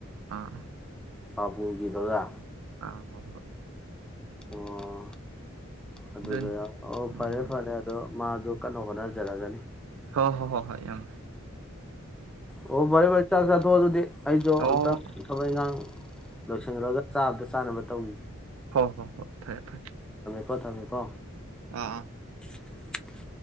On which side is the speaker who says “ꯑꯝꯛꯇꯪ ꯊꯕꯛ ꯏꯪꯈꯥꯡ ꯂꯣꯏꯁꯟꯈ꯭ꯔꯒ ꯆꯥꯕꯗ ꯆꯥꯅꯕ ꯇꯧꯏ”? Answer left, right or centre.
Centre